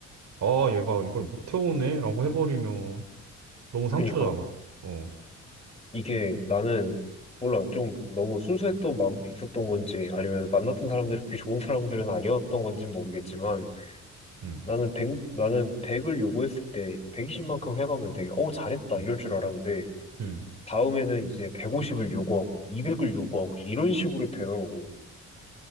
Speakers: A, on the right; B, on the left.
A: 아, 얘가 이걸 못 해오네 라고 해버리면 너무
B: 그니까.
A: 상처잖아. 어,
B: 이게 나는 몰라 좀 너무 순수했던
A: 음.
B: 마음도 있었던 건지 아니면 만났던 사람들이 그렇게 좋은 사람들은 아니었던 건지 는 모르겠지만
A: 음,
B: 나는 100 나는 백을 요구했을 때 120만큼 해가면 되게 어 잘했다
A: 음.
B: 이럴 줄 알았는데
A: 음,
B: 다음에는 이제 150을 요구하고 200을 요구하고 이런 식으로 되더라고.